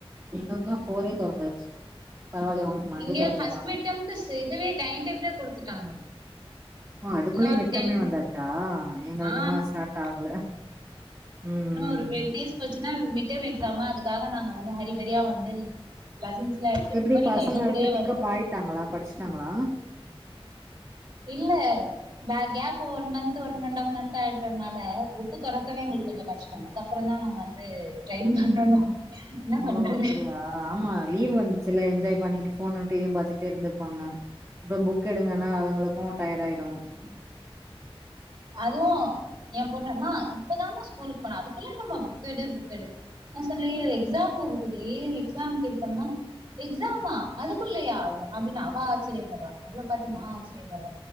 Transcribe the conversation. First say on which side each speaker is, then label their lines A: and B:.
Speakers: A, on the right; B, on the right.
A: எங்களுக்லா ஃபோரே தொறந்தாச்சு பரவால ஒனக்கு மண்டே
B: இங்க
A: தொறந்துருக்காங்க
B: ஃபர்ஸ்ட் மிட் டெர்ம்க்கு ஸ் இதுவே டைம் டேபிளே குடுத்துட்டாங்க.
A: ஓ அதுக்குள்ளயு
B: இன்னும் ஒரு
A: மிட்டமே
B: டென்
A: வந்தாச்சா எங்களுக்கு
B: ஆ
A: இன்னு ஸ்டார்ட் ஆகல ம்
B: இன்னு
A: ம்
B: ஒரு டென் டேஸ் போச்சினா மிட்டெர்ம் எக்ஸ் க்ஸாமு அதுக்காக நாங்க வந்து ஹரிபரியா வந்து லசன்ஸ்லா எடுத்துட்டு
A: எப்டி
B: இருக்கோ நீங்க
A: பசங்க
B: எங்க
A: அதுக்குள்ள
B: கூடயே
A: பிக்கப்
B: வந்து
A: ஆயிட்டாங்களா படிச்சுட்டாங்களா
B: இல்ல ப gap one month one and half month ஆயிடுதுனால புக்கு தொறக்கவே முடிலங்க கஷ்ட அதுக்கப்பறந்தா நாங்க வந்து ட்ரெய்ன் பண்ணனு என்ன
A: ஓ
B: பண்றது
A: அப்டியா ஆமா லீவ் வந்து ச்சில என்ஜாய் பண்ணிட்டு ஃபோனு டி வி யு பாத்துகிட் டு இருந்திருப்பாங்க இப்ப புக் எடுங்கனா அவங்களுக்கு டயர்டு ஆயிருக் கு
B: அதுவும் என் பொண்ணு அம்மா இப்பதாமா ஸ்கூலுக் போன அதுக்குள்ள என்னமா புக் எடு புக் எடு நா சொன்ன ஏ எக்ஸாம் வருதுடி எக்ஸாம் ஃபில் பண்ணா எக்ஸாமா அதுக்குள்ளயா அப்டினு அவ ஆச்சரியப்படுறா அவள பாத்து நா ஆச்சரியப்படற